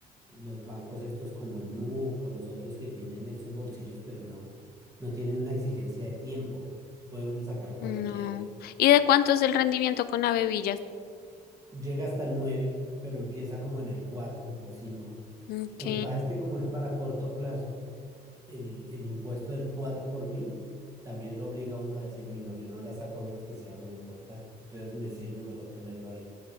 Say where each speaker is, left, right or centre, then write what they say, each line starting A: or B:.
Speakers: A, on the right; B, on the left.
A: los bancos estos como Nu o los otros que tienen esos bolsillos, pero no, no tienen una exigencia de tiempo. Puede uno sacarlo cuando
B: No.
A: quiera.
B: ¿Y de cuánto es el rendimiento con Abevillas?
A: Llega hasta el 9, pero empieza como en el 4 o 5.
B: Ok.
A: Lo que pasa es que como es para corto plazo, el, el impuesto del 4 por mil también lo obliga a uno a decir, uy, no, yo no la saco a menos que sea muy importante. Entonces me sirve mejor tenerlo ahí.